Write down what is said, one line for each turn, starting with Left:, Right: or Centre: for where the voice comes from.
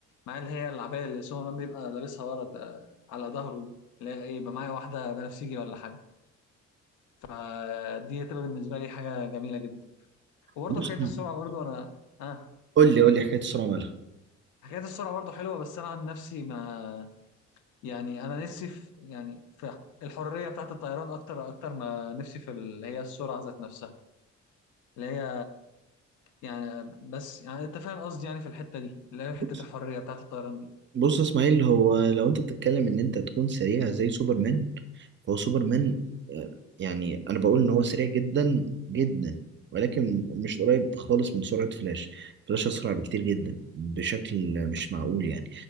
Left: معايا اللي هي العباية اللي سوبرمان بيبقى لابسها ورا ده- على ظهره دي لا ايه يبقى معايا واحدة بنفسجي ولا حاجة فدي هتبقى بالنسبة لي حاجة جميلة جدا وبرضه
Right: بص
Left: حكاية السرعة برضه انا اه
Right: قول لي قول لي حكاية السرعة مالها
Left: حكاية السرعة برضه حلوة بس انا عن نفسي ما يعني انا نفسي في يعني في الحريه بتاعت الطيران اكتر اكتر ما نفسي في اللي هي السرعه ذات نفسها اللي هي يعني بس يعني انت فاهم قصدي يعني في الحته دي اللي هي
Right: بص
Left: حته الحريه بتاعت الطيران دي
Right: بص يا اسماعيل هو لو انت بتتكلم ان انت تكون سريع زي سوبرمان فهو سوبرمان آه، يعني انا بقول ان هو سريع جدا جدا ولكن مش قريب خالص من سرعة فلاش فلاش اسرع بكتير جدا بشكل مش معقول يعني